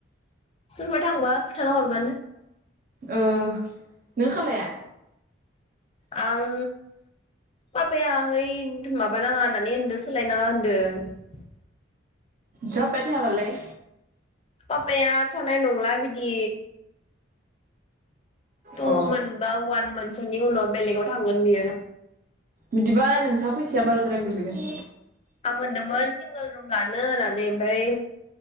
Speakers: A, on the left; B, on the right.
A: सोरबा थांबा फोथाराव हरबानो
B: ओ नों खालाया?
A: आं पापाहै माबानाङा होननानै होनदों सोलायनाङा होन्दों
B: जब पाथायाबालाइय
A: आफाया थानाय नंला बिदि टु
B: अ
A: मोन बा उवान मोन सोनि उनाव बेलेगाव थांगोन बियो।
B: बिदिबाय नोंसा फैसाया बाराद्राय गोलैगोन
A: आं मोनदोंमोन सिंगोल रुम ला नो होननानै ओमफाय